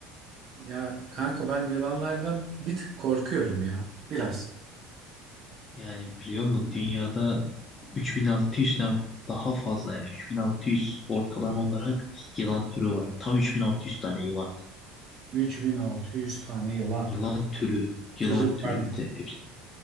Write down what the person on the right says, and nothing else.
Ya kanka ben yılanlardan bir tık korkuyorum ya. Biraz.
3600 tane yılan.
Türü
pardon.